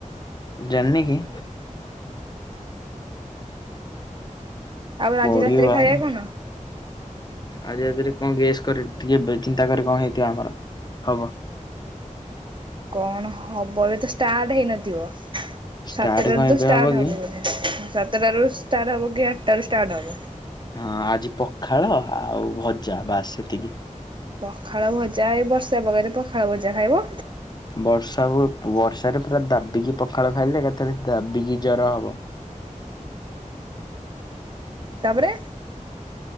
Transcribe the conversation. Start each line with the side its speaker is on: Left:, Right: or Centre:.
Left: ଜାନ୍ନିକି!
Right: ଆଉ
Left: ପଢ଼ିବାନ୍
Right: ଆଜି ରାତିରେ ଖାଇବା କଣ?
Left: ଆଜି ଆଧେରେ କଣ ଗେସ୍ କର ଟିକେ ବେ ଚିନ୍ତା କର କଣ ହେଇଥିବ ଆମର, ହବ?
Right: କଣ ହବ ଏବେ ତ ଷ୍ଟାର୍ଟ ହେଇନଥିବ?
Left: ଷ୍ଟାର୍ଟ
Right: ସାତଟାରେ
Left: କଣ
Right: ତ
Left: ଏବେ
Right: ଷ୍ଟାର୍ଟ
Left: କି
Right: ହବ ବୋଧେ! ସାତଟାରୁ ଷ୍ଟାର୍ଟ ହବ କି, ଆଟ୍ଟାରୁ ଷ୍ଟାର୍ଟ ହବ।
Left: ହଁ, ଆଜି ପଖାଳ ଆଉ ଭଜା ବାସ୍ ସେତିକି।
Right: ପଖାଳ, ଭଜା ଏଇ ବର୍ଷା ପାଗରେ ପଖାଳ ଭଜା ଖାଇବ?
Left: ବର୍ଷା ହୁଏ ବର୍ଷାରେ ପୁରା ଦାବିକି ପଖାଳ ଖାଇଲେ, ଏକାଥରେ ଦାବିକି ଜର ହବ।
Right: ତା'ପରେ?